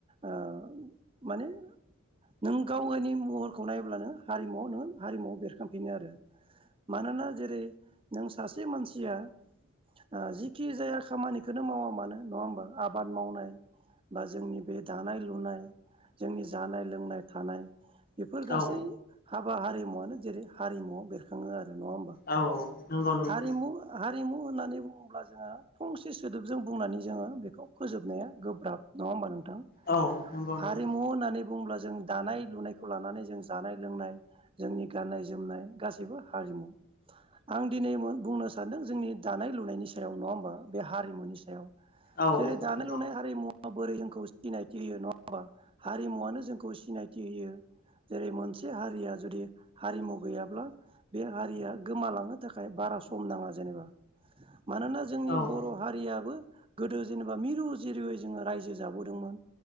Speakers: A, on the right (about 25°); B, on the left (about 45°).
A: ओ माने नों गावगानि महरखौ नायब्लानो हारिमु हारिमुआव बेरखांफिनो आरो। मानोना जेरै नों सासे मानसिया ओ जि खि जाया खामानिखोनो मावा मानो नङा होमबा आबाद मावनाय बा जोंनि बे दानाय लुनाय। जोंनि जानाय लोंनाय थानाय बेफोर गासै
B: औ
A: हाब बा हारिमुवनो जेरै हारिमुआव बेरखाङो आरो नङा होमबा
B: औ नंगौ नंगौ
A: हारिमु हा रिमु होननानै बुङोब्ला जोङो फंसे सोदोबजों बुंनानै जोङो बेखौ फोजोबनाया गोब्राब। नङा होमबा नोंथां
B: औ नंगौ नोंथां
A: हारिमु होननानै। बुङोब्ला जों दानाय लुनायखौ लानानै जों जानाय लोंनाय। जोंनि गाननाय जोमनाय गासैबो हारिमु। आं दिनै मोन बुंनो सानदों जोंनि दानाय लुनायनि स हारिमुनि सायाव
B: औ
A: जेरै दानाय
B: नंगौ
A: लुनाय
B: नंगौ
A: हारिमुवा बोरै जोंखौ सिनायथि होयो नङा होमबा? हारिमुवानो जोंखौ सिनायथि होयो जेरै मोनसे हारिया जुदि हारिमु गैयाब्ला बे हारिया गोमालांनो थाखाय बारा सम नाङा जेनेबा। मानोना जोंनि
B: औ
A: बर' हारियाबो। गोदो जेनेबा मिरु जिरुयै जोङो रायजो जाबोदोंमोन